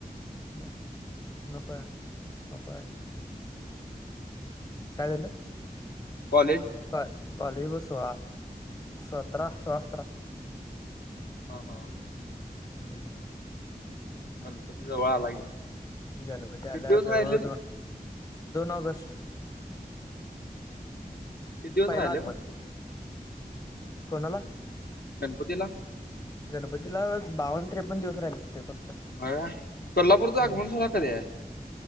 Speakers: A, on the left; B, on the left.
A: <unintelligible> काय झालं?
B: कॉलेज
A: क कॉलेज बस सोळा सतरा सोळा सतरा <unintelligible>
B: हा हा हा.
A: हम्म.
B: गणपती जवळ आला की.
A: गणपती
B: किती
A: आला
B: दिवस
A: जवळ
B: राहिलेले
A: दोन दोन ऑगस्ट
B: किती दिवस
A: पहिला
B: राहिले
A: आगमन
B: मग?
A: कोणाला?
B: गणपती ला?
A: गणपतीला बावन्न त्रेपन्न दिवस राहिले असतील फक्त.
B: अ कोल्हापूरच
A: हम्म.
B: आगमन सोहळा कधीय?